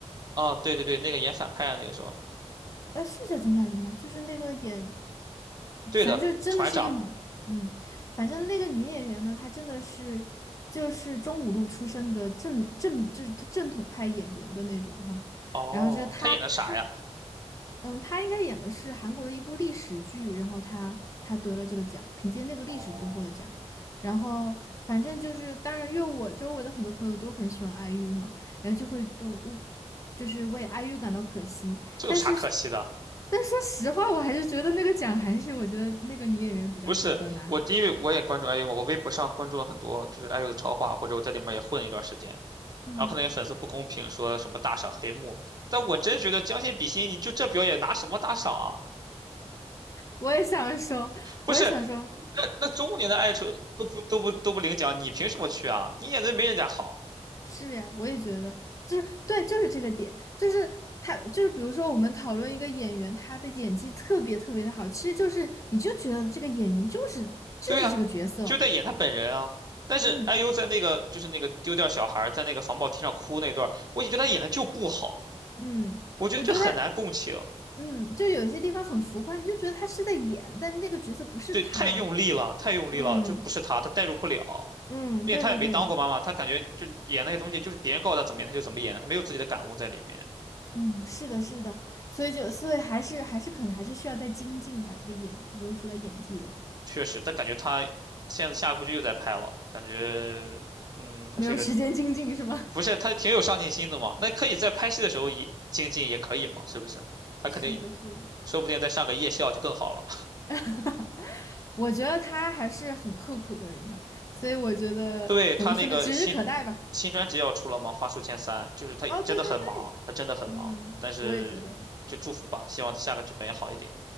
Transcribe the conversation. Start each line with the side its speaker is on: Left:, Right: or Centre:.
Right: 啊，对对对，那个演反派的那个是吧？
Left: 哎，是叫金泰梨吗？就是那个演，
Right: 对的，
Left: 反正就真的是一个女，
Right: 船长。
Left: 嗯，反正那个女演员呢，她真的是就是中五路出身的正正就是正统派演员的那种哈。
Right: 哦，
Left: 然后就是她她，
Right: 他演的啥呀？
Left: 嗯，她应该演的是韩国的一部历史剧，然后她她得了这个奖，凭借那个历史剧获了奖。
Right: 哦，
Left: 然后反正就是，当然，因为我周围的很多朋友都很喜欢 IU 嘛，然后就会都就是为 IU 感到可惜。
Right: 这有啥可惜的？
Left: 但是，但说实话，我还是觉得那个奖还是我觉得那个女演员比较值得拿。
Right: 不是我，因为我也关注 IU 嘛，我微博上关注了很多就是 IU 的超话，或者我在里面也混了一段时间，
Left: 嗯，
Right: 然后看到些粉丝不公平，说什么大赏黑幕，但我真觉得将心比心，你就这表演拿什么大赏啊？
Left: 我也想说，
Right: 不是，
Left: 我也想说，
Right: 那那中年的爱出都不都不都不领奖，你凭什么去啊？你演的没人家好，
Left: 是呀，我也觉得，就是对，就是这个点，就是他，就是比如说我们讨论一个演员，他的演技特别特别的好，其实就是你就觉得这个演员就是就是这个角色，
Right: 对呀、就在演他本人啊。但是
Left: 嗯
Right: IU 在那个就是那个丢掉小孩儿在那个防爆梯上哭那段儿我也觉得他演的就不好，
Left: 嗯，
Right: 我觉得就很难共情。
Left: 我觉得他，嗯，就有些地方很浮夸，你就觉得他是在演，但那个角色不是他，
Right: 对，太用力了，太用力了，
Left: 嗯
Right: 就不是他，他代入不了，
Left: 嗯，
Right: 并且他也没当过妈妈，
Left: 对对对。
Right: 他感觉就演那些东西，就是别人告诉他怎么演，他就怎么演，他没有自己的感悟在里面。
Left: 嗯，是的，是的，所以就所以还是还是可能还是需要再精进吧。这个演，就果说到演技的话，
Right: 确实，但感觉他现在下一部剧又在拍了，感觉，嗯，他是一个，
Left: 没有时间精进是吧？
Right: 不是他挺有上进心的嘛？那可以在拍戏的时候也精进，也可以嘛？是不是？
Left: <laughs>
Right: 他肯定，
Left: 是的，是的。
Right: 说不定再上个夜校就更好了。
Left: <laughs> 我觉得他还是很刻苦的人的，所以我觉得怎么说呢，
Right: 对，他那个新
Left: 指日可待吧。
Right: 新专辑要出了吗？花书千三，就是他真的很忙，
Left: 哦，对对对，
Right: 他真的很忙，
Left: 嗯，
Right: 但是就祝福吧，
Left: 我也觉得，
Right: 希望他下个剧本也好一点。